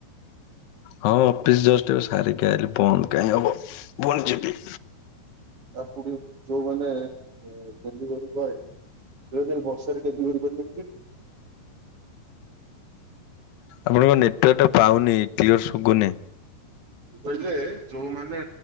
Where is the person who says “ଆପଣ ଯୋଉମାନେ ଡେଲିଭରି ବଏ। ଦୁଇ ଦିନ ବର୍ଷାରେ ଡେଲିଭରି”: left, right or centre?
Right